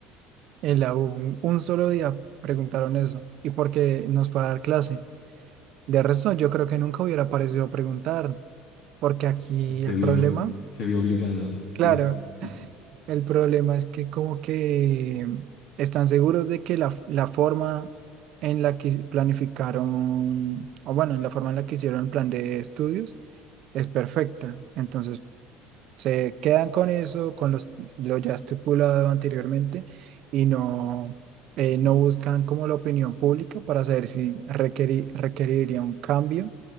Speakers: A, on the right (about 55°); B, on the left (about 55°).
A: en la U, un, un solo día preguntaron eso, y porque nos fue a dar clase. De resto, yo creo que nunca hubiera parecido preguntar, porque aquí
B: Se
A: el
B: vio,
A: problema,
B: se vio obligado, sí,
A: claro,
B: sí, sí.
A: el problema es que como que están seguros de que la, f- la forma en la que planificaron, o bueno, en la forma en la que hicieron el plan de estudios es perfecta. Entonces, Se quedan con eso, con los, lo ya estipulado anteriormente y no, eh, no buscan como la opinión pública para saber si requeri- requeriría un cambio